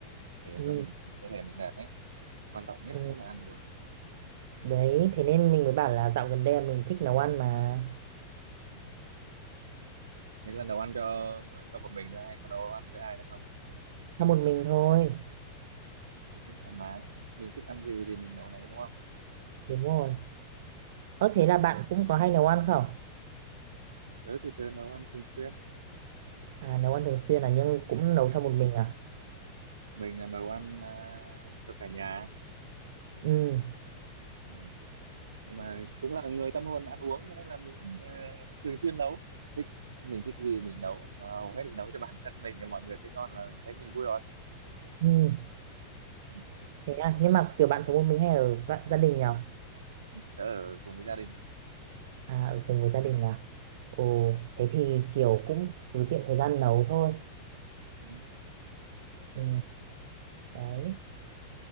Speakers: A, on the right; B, on the right.
A: để
B: ừ,
A: cơ mình cơ thể mình đẹp ấy quan trọng nhất
B: ừ.
A: là vẫn là ăn uống
B: đấy thế nên mình mới bảo là dạo gần đây là mình thích nấu ăn mà
A: Ừ. thế là nấu ăn cho cho một mình thôi hay có nấu ăn với ai nữa không
B: cho một mình thôi
A: mình thoải mái mình thích ăn gì thì mình nấu nấy đúng không
B: đúng rồi ơ thế là bạn cũng có hay nấu ăn không
A: tớ thì tớ nấu ăn thường xuyên
B: à nấu ăn thường xuyên à nhưng cũng nấu cho một mình à
A: mình là nấu ăn à, cho cả nhà
B: Ừ,
A: ừ. nhưng mà cũng là người tâm hồn ăn uống cho nên là mình ờ, thường xuyên nấu thích mình thích gì mình nấu Mà hầu hết là nấu cho bản thân mình mọi người thấy ngon là thấy mình vui rồi
B: ừ,
A: ừ.
B: thế à, nhưng mà kiểu bạn sống một mình hay ở vạ- gia đình nhở?
A: tớ ở cùng với gia đình
B: À, ở cùng với gia đình à? Ồ, thế thì kiểu cũng cứ tiện thời gian nấu thôi.
A: ừ.
B: Ừ, đấy,